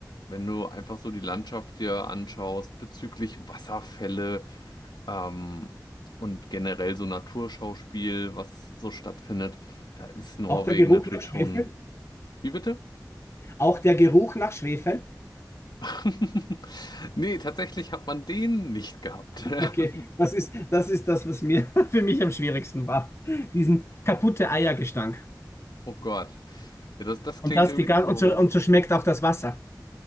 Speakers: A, on the left (about 85°); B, on the left (about 40°).
A: wenn du einfach so die Landschaft dir anschaust bezüglich Wasserfälle ähm, und generell so Naturschauspiel, was so stattfindet. Da ist Norwegen
B: Auch der Geruch
A: natürlich
B: nach Schwefel?
A: schon. Wie bitte?
B: Auch der Geruch nach Schwefel?
A: <laughs> Nee, tatsächlich hat man den nicht gehabt.
B: Okay,
A: <laughs>
B: das ist, das ist das, was mir <laughs> für mich am schwierigsten war. Diesen kaputte Eiergestank.
A: Oh Gott. Ja, das, das
B: Und
A: klingt
B: das
A: irgendwie
B: die gan-
A: nicht so.
B: und so, und so schmeckt auch das Wasser.